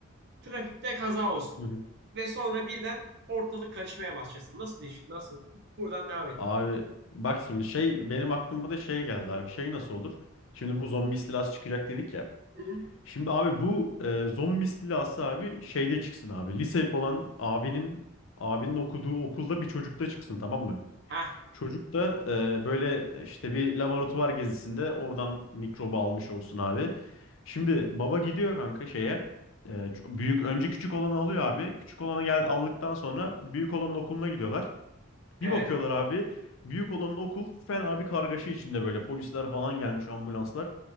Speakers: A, on the right; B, on the left.
A: trafikte kaza olsun.
B: Hı hı.
A: Ve sonra birden ortalık karışmaya başlasın. Nasıl diş- nasıl? Buradan devam ettir.
B: Abi bak şimdi şey benim aklıma da şey geldi abi şey nasıl olur? Şimdi bu zombi istilası çıkacak dedik ya.
A: Hı hı.
B: Şimdi abi bu e, zombi istilası abi şeyde çıksın abi. Liseli olan abinin abinin okuduğu okulda bir çocukta çıksın tamam mı?
A: Hah
B: Çocuk da e, böyle işte bir laboratuvar gezisinde oradan mikrobu almış olsun abi. Şimdi baba gidiyor kanka şeye. e, ç- büyük önce küçük olanı alıyor abi. Küçük olanı gel aldıktan sonra büyük olanın okuluna gidiyorlar.
A: evet
B: Bir bakıyorlar abi. Büyük olanın okul fena bir kargaşa içinde böyle polisler falan gelmiş ambulanslar.